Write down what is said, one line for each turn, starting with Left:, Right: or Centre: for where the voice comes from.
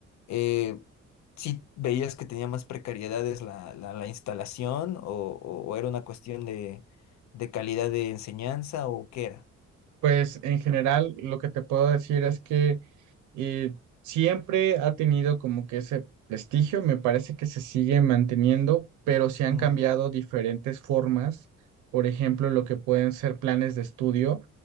Left: eh, si veías que tenía más precariedades la, la, la instalación o, o- o era una cuestión de, de calidad de enseñanza o qué era?
Right: Pues en general lo que te puedo decir es que y siempre ha tenido como que ese prestigio, me parece que se sigue manteniendo, pero se han
Left: Mm,
Right: cambiado diferentes formas, por ejemplo, lo que pueden ser planes de estudio,